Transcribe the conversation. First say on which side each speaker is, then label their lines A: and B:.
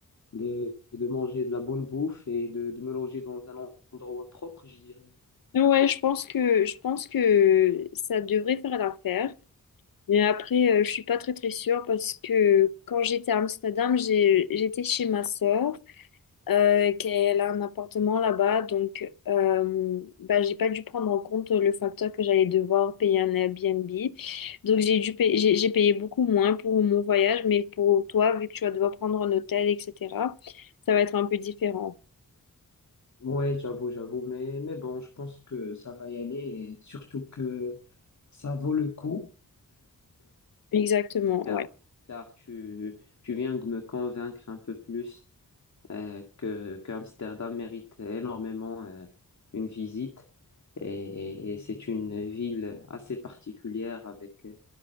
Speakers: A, on the left; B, on the left.
A: de, de manger de la bonne bouffe et de, de me loger dans un endroit propre, je dirais.
B: Ouais, je pense que, je pense que ça devrait faire l'affaire. Mais après, euh, je suis pas très très sûre parce que quand j'étais à Amsterdam, j'ai, j'étais chez ma sœur. euh, qu'elle a un appartement là-bas. Donc, euh, bah, j'ai pas dû prendre en compte le facteur que j'allais devoir payer un Airbnb. Donc, j'ai dû payer, j'ai j'ai payé beaucoup moins pour mon voyage, mais pour toi, vu que tu vas devoir prendre un hôtel, etc., ça va être un peu différent.
A: Ouais, j'avoue, j'avoue, mais, mais bon, je pense que ça va y aller et surtout que ça vaut le coup.
B: Exactement,
A: Car,
B: ouais.
A: car tu, tu viens de me convaincre un peu plus euh, que, que Amsterdam mérite énormément euh, une visite. Et, et c'est une ville assez particulière avec euh,